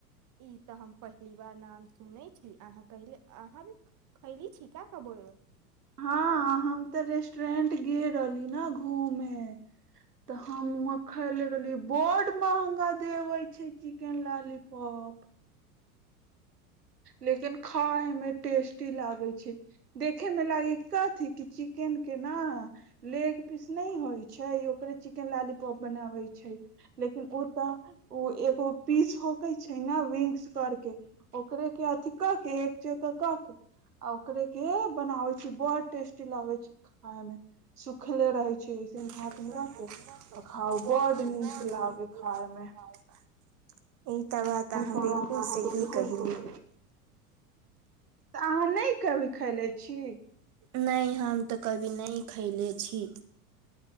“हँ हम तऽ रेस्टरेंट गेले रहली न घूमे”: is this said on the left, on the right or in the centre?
Right